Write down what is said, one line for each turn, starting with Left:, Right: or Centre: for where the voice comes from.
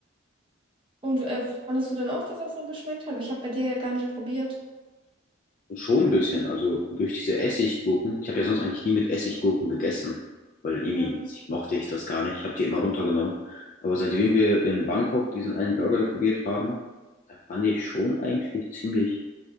Right: Und äh, fandest du dann auch, dass das so geschmeckt hat? Weil Ich habe bei dir ja gar nicht probiert.
Left: Schon ein bisschen, also durch diese Essiggurken. Ich habe ja sonst eigentlich nie mit Essiggurken gegessen, weil irgendwie
Right: Ja.
Left: mochte ich das gar nicht. Ich habe die immer runtergenommen. Aber seitdem wir in Bangkok diesen einen Burger probiert haben, da fand ich schon eigentlich ziemlich